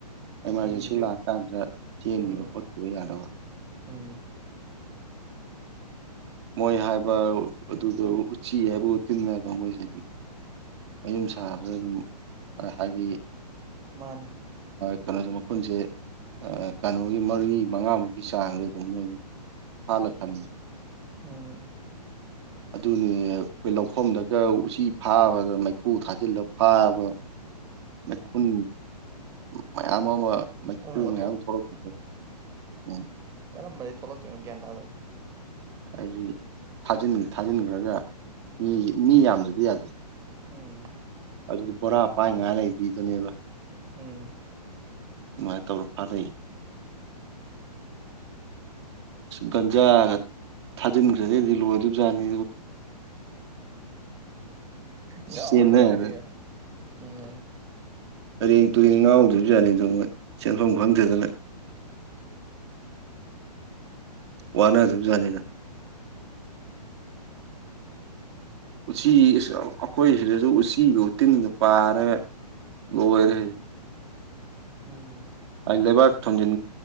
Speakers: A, on the right; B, on the right.
A: ꯑꯦꯃꯥꯔꯖꯦꯟꯁꯤ
B: ꯃꯤꯁꯨ
A: ꯂꯥꯛꯑꯀꯥꯟꯗ ꯆꯦꯟꯈꯤꯕ
B: ꯎꯝ
A: ꯈꯣꯠꯈꯤꯕ ꯌꯥꯔꯕ
B: ꯎꯝ
A: ꯃꯣꯏ ꯍꯥꯏꯕ ꯑꯗꯨꯒ ꯎꯆꯤ ꯍꯥꯏꯕꯕꯨ ꯇꯤꯟꯅꯕ ꯃꯣꯏꯁꯤꯗꯤ ꯑꯌꯨꯝ ꯁꯥꯕꯗ ꯑꯗꯨꯝ ꯍꯥꯏꯕꯗꯤ
B: ꯃꯥꯅꯦ
A: ꯀꯩꯅꯣꯁꯣ ꯃꯄꯨꯟꯁꯦ ꯀꯩꯅꯣꯒꯤ ꯃꯔꯤ ꯃꯉꯥꯃꯨꯛꯀꯤ ꯆꯥꯡꯁ ꯑꯗꯨꯝ ꯐꯂ ꯈꯅꯤ
B: ꯎꯝ
A: ꯑꯗꯨꯅꯤ ꯑꯩꯈꯣꯏ ꯂꯧꯐꯝꯗꯒ ꯎꯆꯤ ꯐꯥꯕꯗ ꯃꯩꯈꯨ ꯊꯥꯖꯤꯜꯂꯒ ꯐꯥꯕ ꯃꯩꯈꯨꯟ ꯃꯌꯥꯝ ꯑꯃ ꯃꯩꯈꯨ
B: ꯎꯝ
A: ꯃꯌꯥꯝ ꯊꯣꯛꯂꯛꯄꯁꯨ ꯎꯝ
B: ꯀꯔꯝꯕꯗꯒꯤꯩ ꯊꯣꯛꯂꯛꯇꯣꯏꯅꯣ ꯒ꯭ꯌꯥꯟ ꯇꯥꯗꯕ
A: ꯍꯥꯏꯗꯤ ꯊꯥ ꯊꯥꯖꯤꯟꯈ꯭ꯔꯒ ꯃꯤ ꯃꯤ ꯌꯥꯝꯗ꯭ꯔꯗꯤ ꯌꯥꯗꯦ
B: ꯎꯝ
A: ꯑꯗꯨꯗꯤ ꯕꯣꯔꯥ ꯄꯥꯏ ꯉꯥꯏ ꯂꯩꯕꯤꯗꯨꯅꯦꯕ
B: ꯎꯝ
A: ꯑꯗꯨꯃꯥꯏꯅ ꯇꯧꯔ ꯐꯥꯔꯩ ꯒꯟꯖꯥꯒ ꯊꯥꯖꯤꯟꯈ꯭ꯔꯗꯤꯗꯤ ꯂꯣꯏꯗꯣꯢ ꯕꯖꯥꯅꯤ
B: ꯉꯥꯑꯣꯔꯒ
A: ꯆꯦꯟꯅꯗꯅ
B: ꯊꯣꯛꯂꯛ ꯀꯅꯤꯍꯦ ꯎꯝ
A: ꯇꯦꯡ ꯇꯨꯔꯦꯡ ꯉꯥꯎꯗꯕꯁꯨ ꯌꯥꯠꯅꯤ ꯑꯗꯨ ꯃꯣꯏ
B: ꯎꯝ
A: ꯁꯦꯟꯐꯝ ꯈꯪꯗꯦꯗꯅ ꯋꯥꯅ ꯗꯧꯖꯅꯤꯗ ꯎꯆꯤ ꯑꯩꯈꯣꯏ ꯁꯤꯗꯁꯨ ꯎꯆꯤꯒ ꯎꯇꯤꯟꯒ ꯄꯥꯔꯒ ꯂꯣꯏꯔꯦ
B: ꯎꯝ
A: ꯍꯧꯖꯤꯛ ꯂꯩꯕꯥꯛ ꯊꯣꯟꯖꯤꯟ